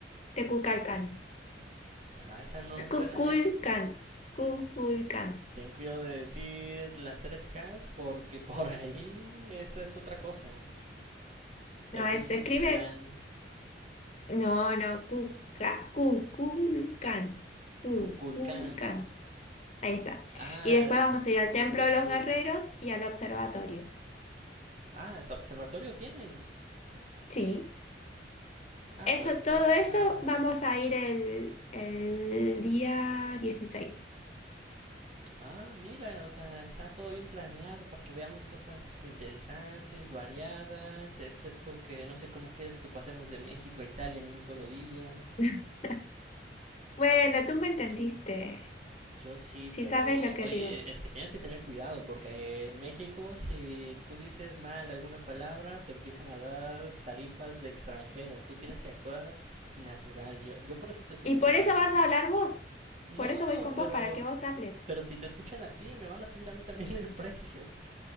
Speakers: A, on the left; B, on the right.
A: De Kukulcán.
B: Ah, esa no me suena,
A: Kukulcán.
B: ¿eh?
A: Kukulcán.
B: Ten cuidado de decir las tres Ks porque por ahí eso es otra cosa.
A: No,
B: El
A: es-
B: Ku Klux
A: se escribe
B: Klan,
A: No, no, Cuca, Cuculcán, Cuculcán.
B: Kukulkan.
A: Ahí está.
B: Ah,
A: Y después
B: del
A: vamos a ir al Templo
B: Google.
A: de los Guerreros y al observatorio.
B: Ah, hasta observatorio tienen.
A: Sí.
B: Ah,
A: Eso,
B: pero está...
A: todo eso vamos a ir el, el día 16.
B: Ah, mira, o sea, está todo bien planeado para que veamos cosas interesantes, variadas, excepto que no sé cómo quieres que pasemos de México a Italia en un solo día.
A: <laughs> Bueno, tú me entendiste,
B: Yo sí,
A: si
B: pero
A: sabes lo que
B: oye,
A: digo.
B: es que tienes que tener cuidado porque en México si tú dices mal alguna palabra te empiezan a dar tarifas de extranjero. Tú tienes que actuar natural. Yo, yo por eso te estoy
A: Y
B: entrenando.
A: por eso vas a hablar vos.
B: No,
A: Por eso voy con vos,
B: pero,
A: para que vos hables.
B: pero si te escuchan a ti, me van a subir a mí también el precio.